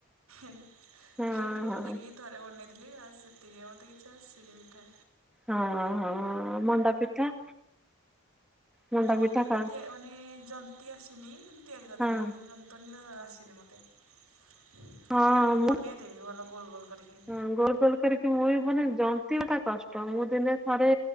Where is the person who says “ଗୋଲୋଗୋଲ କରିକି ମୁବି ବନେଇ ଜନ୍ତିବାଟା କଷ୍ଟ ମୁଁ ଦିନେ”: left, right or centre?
Centre